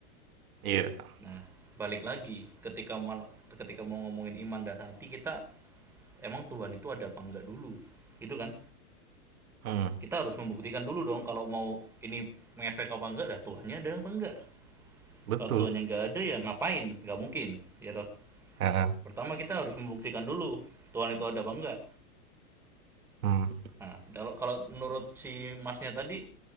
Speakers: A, on the right (about 70°); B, in the centre.
A: Iya,
B: Nah, balik lagi ketika mal- ketika mau ngomongin iman dan hati kita emang Tuhan itu ada apa enggak dulu. Itu kan?
A: mhm,
B: kita harus membuktikan dulu dong kalau mau ini mengefek apa enggak dah tuannya ada apa enggak
A: betul,
B: kalau tuannya nggak ada ya ngapain nggak mungkin ya toh
A: heeh,
B: pertama kita harus membuktikan dulu Tuhan itu ada apa enggak
A: mhm,
B: nah kalau kalau menurut si masnya tadi